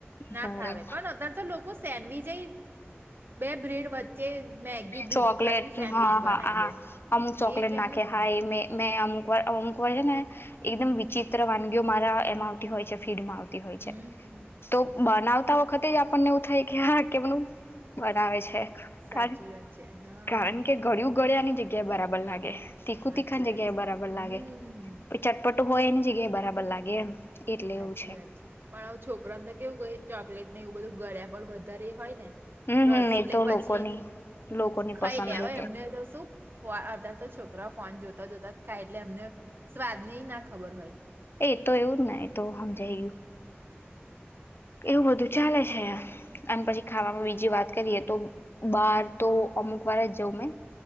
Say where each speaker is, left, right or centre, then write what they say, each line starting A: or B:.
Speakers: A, on the right; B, on the left.
A: ના
B: બરે
A: ફાવે પણ અતાર તો લોકો સેન્ડવીચ બે બ્રેડ વચ્ચે જે મેગી
B: ચોકલેટ
A: ભીગી કરીને સેન્ડવીચ
B: હા
A: બનાવી
B: હા આ
A: દે
B: અમુક ચોકલેટ
A: એ કે
B: નાખે
A: <unintelligible>
B: હા એ મે મેં અમુક વાર અમુક વાર છે ને એકદમ વિચિત્ર વાનગીઓ મારા એમાં આવતી હોય છે ફીડમાં આવતી હોય
A: હમ
B: છે
A: હમ, હમ,
B: તો
A: હમ.
B: બનાવતા તા વખતે જ આપણને એવું થાય કે હા કેવાનું બનાવેે છે
A: સાચી
B: કાન
A: વાત છે હા
B: કારણ કે ગળું ગળ્યાની જગ્યાએ બરાબર લાગે તીખું
A: સાચી
B: તીખાની
A: વાત
B: જગ્યાએ
A: છે
B: બરાબર લાગે
A: હમ
B: પણ ચટપટો હોય એની એ જગ્યા બરાબર લાગે એમ એટલે
A: હાચી
B: એવું
A: વાત છે પણ આવ છોકરાને તો કેવું ક ચોકલેટ ને એવું બધું ગળે પણ વધારે એ હોય ને
B: હમ
A: રસ
B: હમ
A: એટલે
B: એ તો
A: પછી
B: લોકોની લોકોની પસંદ
A: ખાઈ લે હો
B: એ
A: એમને તો શું આધાર તો છોકરા ફોન જો તા જતા જ ખાય એટલે એમને સ્વાદની ના ખબર હોય.
B: એ તો એવું જ ને એ તો હમ જઈયું. એવું બધું ચાલે છે. અને પછી ખાવામાં બીજી વાત કરીએ તો બાર તો અમુક વાર જ જઉં મેં